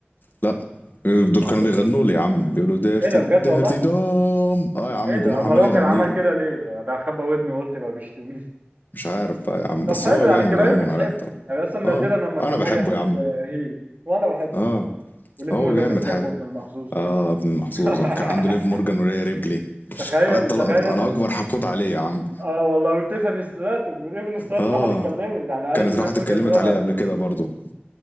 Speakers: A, on the left; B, on the right.
A: لا دول
B: معلش
A: كانوا بيغنوا لي يا عم بيقولوا ديرتي
B: ايه ده بجد
A: ديرتي
B: والله
A: دوم اه يا عم
B: ايه
A: الجمهور
B: ده امال
A: عمال
B: هو
A: يغني
B: كان عمل
A: له
B: كده ليه يعني ده خبى ودني قلت بقى بيشتمني <laughs>
A: مش عارف بقى يا عم بس
B: طب حلو
A: هو
B: يعني
A: جامد
B: الجماهير
A: عموما
B: بتحب
A: على الطرب
B: يعني اصلا نادرا
A: اه
B: لما
A: انا
B: الجمهور
A: بحبه
B: يحب
A: يا عم
B: هيل وانا بحبه
A: اه
B: وليف
A: هو
B: مورجان
A: جامد
B: بتحبه
A: حالي
B: ابن المحظوظة
A: اه
B: كمان
A: ابن المحظوظه
B: <laughs>
A: كان عنده ليف مورجان وريا ريبلي
B: تخيل
A: على الطلاق
B: تخيل
A: انا اكبر حقود عليه يا عم
B: اه والله وتيفاني ستراتون وتيفاني ستراتون
A: اه
B: راحت اتكلمت يعني قالت
A: كانت
B: لليف
A: راحت
B: مورجان
A: اتكلمت
B: اللي هو
A: عليه قبل كده برضو